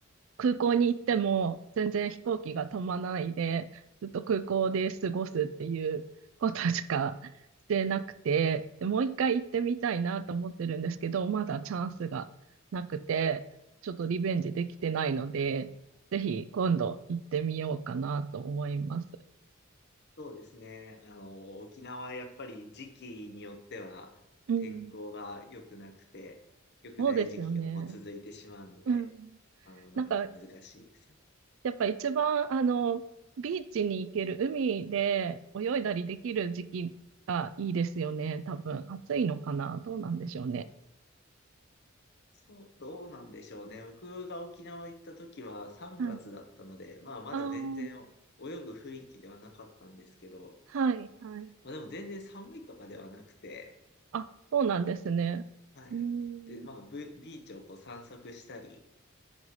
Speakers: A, on the right; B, on the left.
A: 空港に行っても全然飛行機が止まらないで、ずっと空港で過ごすっていうことしかしてなくて、でもう一回行ってみたいなと思ってるんですけど、まだチャンスがなくて、ちょっとリベンジできてないので、ぜひ今度行ってみようかなと思います。
B: そうですね。あの、沖縄はやっぱり時期によっては天候が良くなくて、
A: うん、
B: 良くない時期がこう続いてしまうので、
A: そうですよね。うん。
B: あの、なかなか難しいですよね。
A: なんかやっぱ一番、あの、ビーチに行ける、海で泳いだりできる時期がいいですよね、多分。暑いのかなどうなんでしょうね。
B: そう、どうなんでしょうね。僕が沖縄行った時は3月だったので、
A: はい。
B: まあまだ全然泳ぐ雰囲気ではなかったんですけど、
A: ああ、はい、はい。
B: まあでも全然寒いとかではなくて、
A: あ、そうなんですね。
B: はいはい。
A: うーん、
B: で、まあブビーチをこう散策したり、